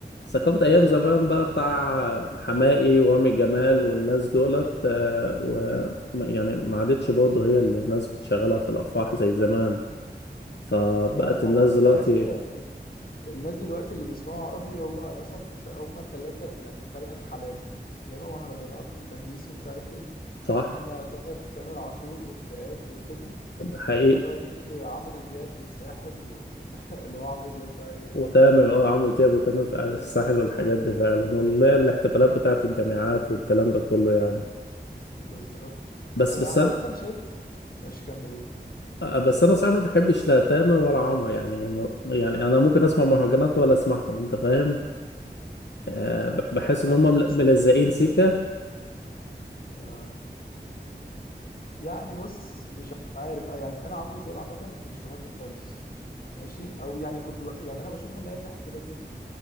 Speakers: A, on the left; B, on the left.
A: ثقافة
B: بالظبط
A: أيام زمان
B: اه
A: بقى بتاع حماقي ورامي جمال والناس دولت آه، و يعني ما عادتش برضه هي اللي الناس بتشغلها في الأفراح زي زمان فبقت
B: آه،
A: الناس
B: هو أصلا
A: دلوقتي
B: تحس يعني الناس دلوقتي اللي بيسمعوا عربي هو مثلا هم التلاتة يعني تلات حالات يا اما مهرجانات وتهييس ومش عارف ايه
A: صح
B: يا اما تامر تامر عاشور واكتئاب وكده
A: ده حقيقي
B: يا اما بقى ايه عمرو دياب وساحل و... <laughs> اللي هو عمرو دياب بقى ايه يعني
A: وتامر اه عمرو دياب وتامر في قعدة الساحل
B: تامر
A: والحاجات
B: اه
A: دي فعلا واللي هي الاحتفالات بتاعت الجامعات والكلام ده كله يعني
B: بالظبط
A: بس
B: طب
A: بس
B: انا
A: انا
B: عامة شايف مش كاميرون
A: آه، بس انا صراحة ما بحبش لا تامر ولا عمرو يعني ما- يعني انا ممكن اسمع مهرجانات ولا اسمعهم انت فاهم أه
B: آه
A: ب- بحس
B: انا كنت
A: ان
B: هتكلم
A: هم مل-
B: لسه
A: ملزقين
B: في كده
A: سيكة
B: آه يعني بص مش عارف آه يعني انا عمرو دياب عامه ما كنتش بحبه خالص ماشي او يعني كنت ب... يعني انا بشوفه ناجح كده كده